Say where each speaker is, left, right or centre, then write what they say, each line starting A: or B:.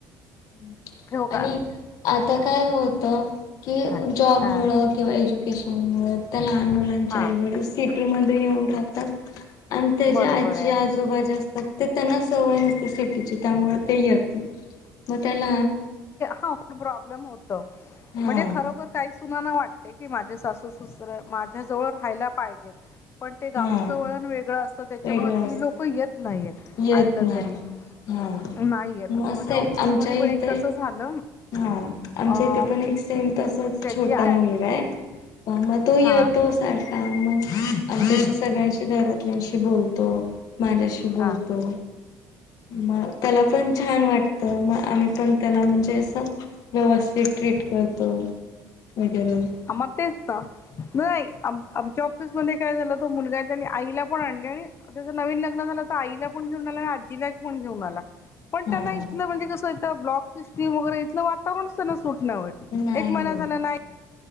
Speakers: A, on the left; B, on the left.
A: हम्.
B: ठेवू
A: आणि
B: का
A: आता काय होतं की
B: हां
A: जॉब
B: हां
A: मुळं किंवा एजुे शांमुळे त्या लहान मुलांच्या
B: हां
A: आईवडिल सिटी मध्ये. ते ईऊन राहातं आणि त्या
B: बरोबर
A: आजी
B: आहे
A: आजोबां ते त्यांना सवय असते सिटीची त्यामुळें ते येतात मंग त्याला
B: हा प्रॉब्लेम होतं
A: हा
B: म्हणजे खरोखर काहींचं कुणाला वाटतें की माझे सासू सासरे माझ्या जवळ राहायला पाहिजेत. पणं ते गावचं
A: हा
B: वळणं वेगळं असतं त्यांच्यामुळे
A: वेगळं
B: ती
A: अस
B: लोक येतं नाहीं आहेत
A: येत
B: आणलं
A: नाही
B: तरी.
A: हा
B: नाही येत
A: मग
B: आता म्हणजे
A: सेम
B: ऑफिस
A: आमच्या
B: मध्यें
A: इथे
B: पणं एकदाच झालं.
A: हा आमच्या
B: अ
A: इथे पणं एक सेंम तसाच
B: त्याची
A: छोटासा
B: आई
A: मुलगा
B: आली
A: आहे. पणं मंग तो येतो
B: हा
A: सारखा मंग आमच्या सगळ्यांच्या घरातल्यांशी बोलतो माझ्याशी बोलतो
B: हा.
A: म त्याला पणं छान वाटत मंग आम्हीं पणं त्याला म्हणजे असं व्यवस्थित ट्रीट करतो. वगैरे
B: अ मंग तेच त नाही आमच्या ऑफिसमध्ये काय झाल तो मुलगा आपल्या आईला पणं आणल आणि त्याचं नवीन लग्नं झालं आईला पणं घेऊन आला आणि आज्जीला पणं घेऊन आला. पणं त्यांनां
A: हा
B: इथलं म्हणजे कसंं ब्लॉक सिस्टीम्स वगैरे इथलं वातावरणत सुटना होय
A: नाही
B: एक महिना
A: हो
B: झाला नाहीं